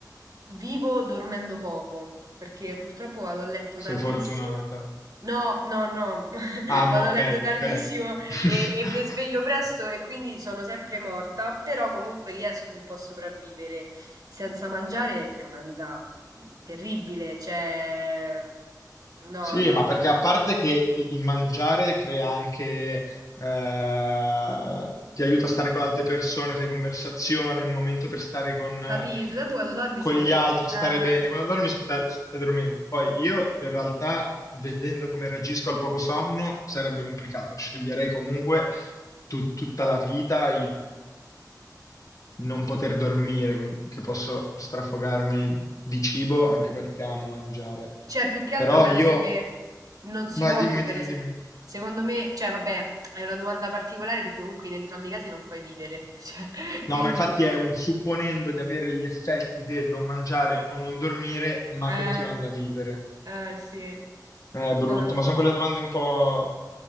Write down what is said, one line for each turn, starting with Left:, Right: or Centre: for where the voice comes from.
Right: vivo dormendo poco, perché purtroppo vado a letto
Left: sei
Right: tardissimo.
Left: fortunata.
Right: No, no, no, <laughs>
Left: Ah no,
Right: vado
Left: ok,
Right: a letto tardissimo
Left: ok. <laughs>
Right: e, e mi sveglio presto e quindi sono sempre morta, però comunque riesco un po' a sopravvivere. Senza mangiare è una vita mm, terribile, cioè... No,
Left: Sì,
Right: no.
Left: ma perché a parte che il il mangiare crea anche, eh, ti aiuta a stare con le altre persone, fai conversazione, è un momento per stare con,
Right: Capito,
Left: eh,
Right: tanto quando dormi
Left: con
Right: sta
Left: gli
Right: a dormire.
Left: altri,
Right: Ah.
Left: stare bene. Quando dormi sta- stai dormendo. Poi io in realtà, vedendo come reagisco al poco sonno, sarebbe complicato. Sceglierei comunque tu- tutta la vita non poter dormire, quindi- che posso strafogarmi di cibo anche perché amo mangiare.
Right: Cioè, più che altro
Left: Però
Right: penso
Left: io...
Right: che non si
Left: Vai,
Right: può
Left: dimmi,
Right: vivere.
Left: dimmi,
Right: se-
Left: dimmi.
Right: Secondo me, cioè, vabbè, è una domanda particolare perché comunque in entrambi i casi non puoi vivere. <laughs> Cioè, quindi,
Left: No, ma infatti è un supponendo di avere gli effetti del non mangiare o non dormire, ma
Right: eh,
Left: continuando a vivere.
Right: eh, sì.
Left: È brutto,
Right: No,
Left: ma sono quelle domande un po',